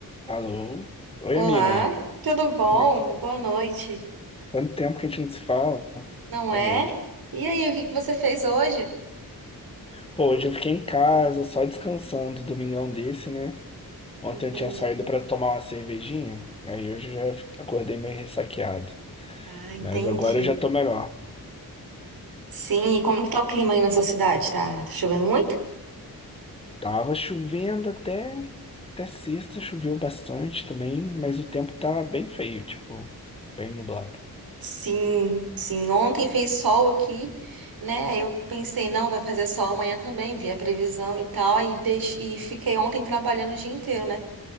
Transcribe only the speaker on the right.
Olá,
tudo bom?
Boa noite,
não
é?
E aí, o que que você fez hoje?
Entendi.
Ah, entendi.
Sim, e como que tá o clima aí na sua cidade? Tá, tá chovendo muito?
Sim, sim. Ontem fez sol aqui, né? Aí Eu pensei, não, vai fazer sol amanhã também, vi a previsão e tal, e, deix... e fiquei ontem trabalhando o dia inteiro, né?